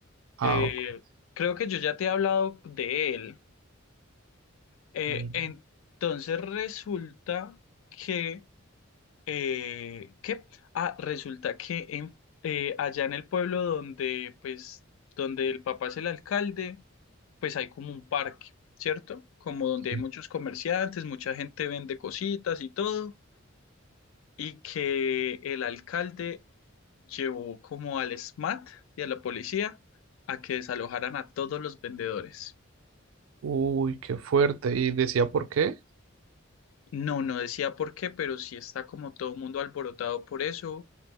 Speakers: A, on the right; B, on the left.
A: Ah,
B: Eh,
A: ok.
B: creo que yo ya te he hablado de él. Eh,
A: Mm,
B: entonces resulta que, eh, ¿qué? Ah, resulta que en- eh, allá en el pueblo donde, pues, donde el papá es el alcalde, pues hay como un parque, ¿cierto? Como donde
A: sí.
B: hay muchos comerciantes, mucha gente vende cositas y todo, y que el alcalde llevó como al SMAT y a la policía a que desalojaran a todos los vendedores.
A: Uy, qué fuerte. ¿Y decía por qué?
B: No, no decía por qué, pero sí está como todo el mundo alborotado por eso,